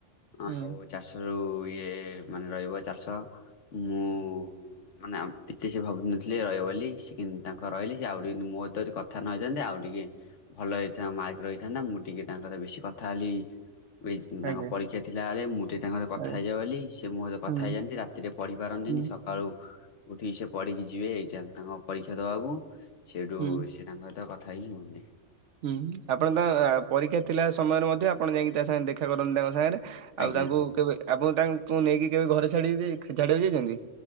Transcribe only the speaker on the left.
ଆଉ
ଚାରିଶ ରୁ ଇଏ ମାନେ ରହିବ ଚାରିଶହ ମୁଁ ମାନେ ଏତେ ସେ ଭାବୁ ନଥିଲେ ରହିବ ବୋଲି ସେ କିନ୍ତୁ ତାଙ୍କର ରହିଲି। ସେ ଆଉ ଟିକେ ମୋ ସହ କଥା ନହିଥାନ୍ତେ ଆଉ ଟିକେ ଭଲ ହେଇ ମାର୍କ ରହିଥା ମୁଁ ଟିକେ ତାଙ୍କ ବେଶୀ କଥା ହେଲି। ଏ ତାଙ୍କ
ପରୀକ୍ଷା ଥିଲା ବଳେ ମୁଁ ଟେ ତାଙ୍କ ସହିତ କଥା
ହେଇଯାଏ ବୋଲି ସେ ମୋ ସହିତ କଥା
ହେଇଯାନ୍ତି ରାତିରେ ପଢି ପାରନ୍ତିନି।
ସକାଳୁ ଉଠିକି ସେ ପଢିକି ଯିବେ ଏଗ୍ଜାମ ତାଙ୍କ ପରୀକ୍ଷା ଦବାକୁ। ସେଇଠୁ
ସିଏ ତାଙ୍କ ସହିତ କଥ ଥାଇ ହୋଉନି।
ଆଜ୍ଞା